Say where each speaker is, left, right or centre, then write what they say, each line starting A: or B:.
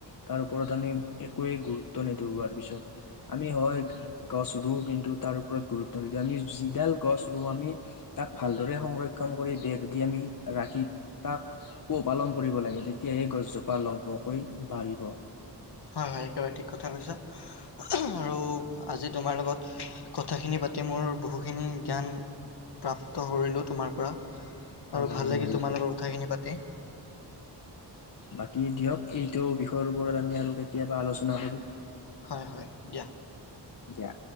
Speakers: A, on the left; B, on the left.
A: তাৰ ওপৰত আমি একোৱে গুৰুত্ব নিদিও পিছত আমি হয় গছ ৰুও তাৰ ওপৰত গুৰুত্ব নিদিওঁ আমি যিডাল গছ ৰুওঁ আমি তাক ভালদৰে সংৰক্ষণ কৰি দি দি আমি ৰাখি তাক পোহপালন কৰিব লাগে তেতিয়াহে গছজোপা লহপহকৈ বাঢ়ি হিব।
B: হয় হয় একেবাৰে ঠিক কথা কৈছা আৰু আজি তোমাৰ লগত কথাখিনি পাতি মোৰ বহুখিনি জ্ঞান প্ৰাপ্ত কৰিলোঁ তোমাৰ পৰা। আৰু
A: হয়
B: ভাল লাগিল
A: মই
B: তোমাৰ লগত কথাখিনি পাতি।
A: বাকী দিয়ক এইটো বিষয়ৰ ওপৰত আমি আৰু কেতিয়াবা আলোচনা কৰিম।
B: হয় হয় দিয়া।
A: দিয়া।